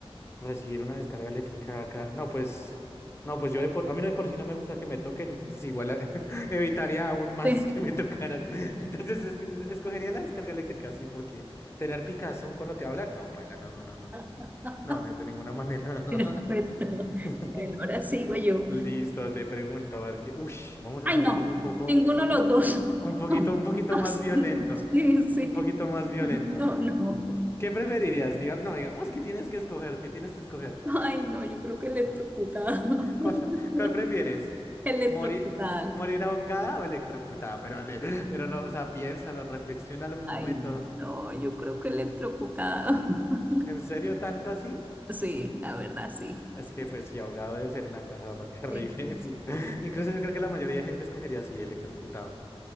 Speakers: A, on the left; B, on the right.
A: Recibir una descarga eléctrica acá. No, pues, no, pues yo de por, a mí no de por sí no me gusta que me toquen, entonces igual eh, <laughs> evitaría aún más
B: Sí.
A: que me tocaran. <laughs> Entonces es que escogería la descarga eléctrica, sí, porque tener picazón cuando te hablan, no, paila, no, no, no, no, no.
B: <laughs>
A: No, no, de ninguna manera.
B: Perfecto.
A: <laughs>
B: Bueno, ahora sigo yo.
A: Listo, te pregunto, a ver qué. Ush, vamos a
B: Ay,
A: ponernos
B: no,
A: un poco,
B: ninguno de los
A: un,
B: dos. <laughs>
A: un poquito,
B: No,
A: un poquito
B: no,
A: más
B: sí,
A: violento.
B: sí, sí.
A: Un poquito más violento.
B: No, no.
A: ¿Qué preferirías? Diga, no, digamos que tienes que escoger, que tienes que escoger.
B: Ay, no, yo creo que electrocutada.
A: <laughs> ¿Cuál,
B: <laughs>
A: cuál prefieres?
B: Electrocutada.
A: ¿Morir, morir ahogada o electrocutada? Pero, de- pero no, o sea, piénsalo, reflexiónalo un
B: Ay,
A: momento.
B: no, yo creo que electrocutada. <laughs>
A: ¿En serio tanto así?
B: Sí, la verdad, sí.
A: Es
B: Sí,
A: que,
B: sí,
A: pues, sí, ahogado debe ser una cosa re terrible,
B: sí.
A: <laughs> sí. Incluso
B: sí.
A: yo creo que la mayoría de gente escogería así, electrocutado.